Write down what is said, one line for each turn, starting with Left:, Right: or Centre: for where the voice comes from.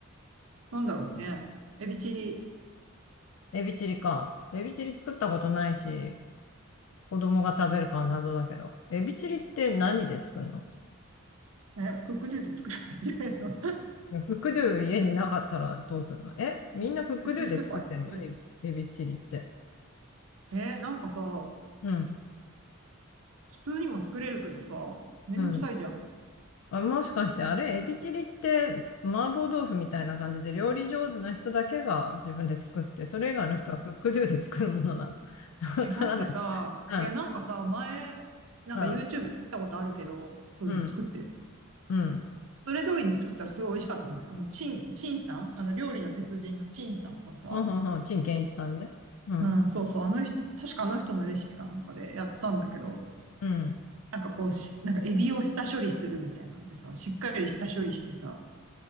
Right: なんだろうね。エビチリ。
Left: エビチリか。エビチリ作ったことないし、子供が食べるかは謎だけど。エビチリって何で作るの
Right: え、クックドゥで作らないんじゃないの
Left: いや、クックドゥ家になかったらどうするのえみんなクックドゥで作ってんのエエビチリって。
Right: <laughs> 富士スーパーで買ってくる。えーなんかさ、
Left: うん。
Right: 普通にも作れるけどさ、めんどくさいじゃん。
Left: うん。あ、もしかしてあれ、エビチリって麻婆豆腐みたいな感じで料理上手な人だけが自分で作って、それ以外の人はクックドゥで作るものなの。<laughs> わからない。
Right: え、だってさ、
Left: うん、
Right: いや、なんかさ、前、なんか
Left: うん、
Right: YouTube で見たことあるけど、そういうの作って、
Left: うん、うん。
Right: それ通りに作ったらすごい美味しかったんだよ。あの、チン、チンさんあの、料理の鉄人のチンさんがさ、
Left: はんはんはん、陳建一さんね。うん、
Right: うん、そうそう、あの人、確かあの人のレシピかなんかでやったんだけど、
Left: うん。
Right: なんかこうし、なんかエビを下処理するみたいなんでさ、しっかり下処理してさ、